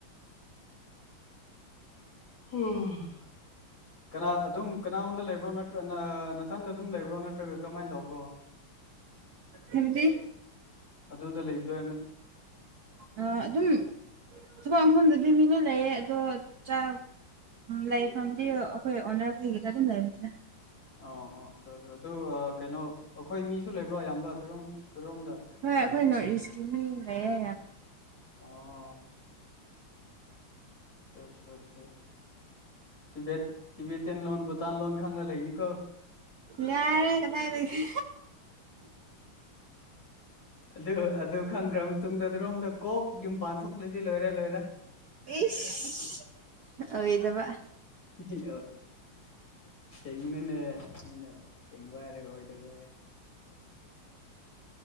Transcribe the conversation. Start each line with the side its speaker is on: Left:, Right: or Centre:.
Left: <unintelligible> ꯀꯅꯥ ꯑꯗꯨꯝ ꯀꯅꯥꯑꯣꯟꯗ ꯂꯩꯕ꯭ꯔꯣ ꯅꯠꯇ ꯅꯠꯇ꯭ꯔ ꯅꯊꯟ ꯑꯗꯨꯝ ꯂꯩꯕ꯭ꯕꯔꯣ ꯅꯠꯇ꯭ꯔꯒ ꯀ꯭ꯔꯃꯥꯏꯟ ꯇꯧꯕ꯭ꯔꯣ
Right: ꯍꯥꯏꯕꯗꯤ
Left: ꯑꯗꯨꯗ ꯂꯩꯗꯣ
Right: ꯑ ꯑꯗꯨꯝ ꯊꯨꯄꯥ ꯃꯐꯝꯗꯨꯗꯤ ꯂꯩꯌꯦ ꯑꯗꯣ ꯆꯥ ꯂꯩꯐꯝꯗꯤ ꯑꯩꯈꯣꯏ ꯑꯣꯅꯔ ꯄꯤ ꯗꯨꯗ ꯗꯨꯝ ꯂꯩꯔꯝꯅꯤꯗ
Left: ꯑꯣ ꯑꯣ ꯑꯗꯨ ꯀꯩꯅꯣ ꯑꯈꯣꯏ ꯃꯤ ꯁꯨ ꯂꯩꯕ꯭ꯔꯣ ꯑꯌꯥꯝꯕ ꯑꯗꯨꯔꯣꯝꯗ
Right: ꯍꯣꯏ ꯑꯩꯈꯣꯏ ꯅꯣꯔꯠ ꯏꯁꯀꯤ ꯃꯤ ꯂꯩꯌꯦ ꯌꯥꯝ
Left: ꯑꯣ ꯑꯆꯥ ꯑꯆꯥ ꯑꯆꯥ ꯇꯤꯕꯦꯠ ꯇꯤꯚꯦ ꯇꯦꯟ ꯂꯣꯟ ꯚꯨꯇꯥꯟ ꯂꯣꯟ ꯈꯪꯂ ꯂꯩꯅꯤꯀꯣ
Right: ꯌꯥꯔꯦ ꯀꯗꯥꯥꯏꯗꯒꯤ
Left: ꯑꯗꯨ ꯑꯗꯨ ꯈꯪꯈ꯭ꯔ ꯃꯇꯨꯡꯗ ꯑꯗꯨꯔꯣꯝꯗ ꯀꯣꯛ ꯌꯨꯝ ꯄꯥꯟ ꯊꯣꯛꯣꯛꯂꯗꯤ ꯂꯣꯏꯔꯦ ꯂꯣꯏꯔꯦ
Right: ꯏꯁ ꯑꯣꯏꯔꯣꯢꯗꯕ
Left: <unintelligible> ꯀꯩꯒꯤꯅꯣꯅꯦ ꯃꯤꯅ ꯁꯦꯡꯕ ꯍꯥꯏꯔ ꯑꯣꯏꯗꯕ ꯍꯥꯏꯔꯦ